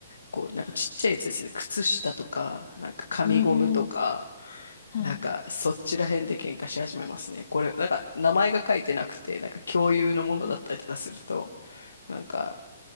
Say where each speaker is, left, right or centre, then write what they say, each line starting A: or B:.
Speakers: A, on the left; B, on the left.
A: こう、なんかちっちゃいやつですね。靴下とか、なんか紙ゴムとか、
B: うーん。はい。
A: なんかそっちら辺で喧嘩し始めますね。これ、なんか名前が書いてなくて、なんか共有のものだったりとかすると、
B: はい。
A: なんか、